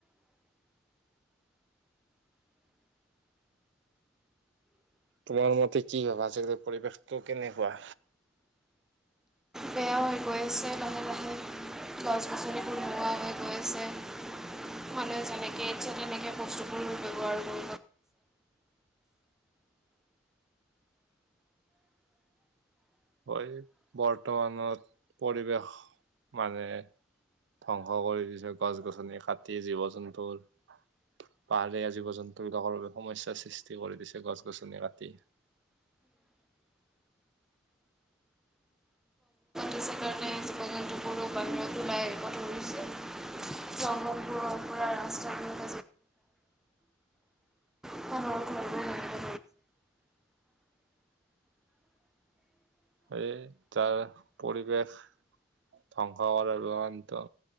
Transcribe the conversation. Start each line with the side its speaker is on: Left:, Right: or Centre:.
Right: তোমাৰ মতে কি ভাবা আজিকালি পৰিৱেশটো কেনেকুৱা?
Centre: বেয়া হৈ গৈ আছে লাহে লাহে গছ -ছনিবোৰ নোহোৱা হৈ গৈ আছে মানুহে যেনেকে ইচ্ছা তেনেকে বস্তুবোৰ <unintelligible>
Right: কয় বৰ্তমানত পৰিৱেশ মানে ধ্বংস কৰি দিছে গছ-গছনি কাটি, জীৱ-জন্তুৰ পাহাৰীয়া জীৱ-জন্তু বিলাকৰ বাবে সমস্যাৰ সৃষ্টি কৰি দিছে গছ-গছনি কাটি
Centre: সেইটো কাৰণে আজিকালি <unintelligible> জংঘলবোৰৰ পৰা ৰাস্তালে <unintelligible>
Right: এই তাৰ পৰিৱেশ ধ্বংস কৰাৰ কাৰনেটো